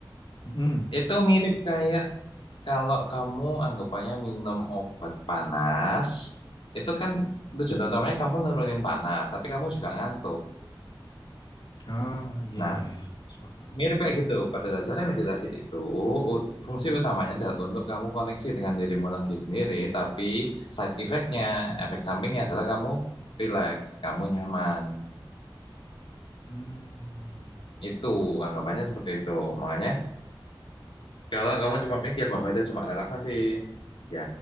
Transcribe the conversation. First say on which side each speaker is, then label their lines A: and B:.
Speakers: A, on the left; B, on the left.
A: Mm-mm.
B: Itu mirip kayak kalau kamu anggapannya minum obat panas, itu kan tujuan utamanya kamu nurunin panas, tapi kamu juga ngantuk.
A: Ah, iya
B: Nah,
A: iya iya. masuk akal.
B: mirip kayak gitu. Pada dasarnya meditasi itu ut- fungsi utamanya adalah untuk kamu koneksi dengan dirimu lagi sendiri, tapi side effect-nya, efek sampingnya adalah kamu relax, kamu nyaman.
A: Hmm.
B: Itu anggapannya seperti itu. Makanya kalau kamu cuma mikir bahwa itu cuma relaksasi, ya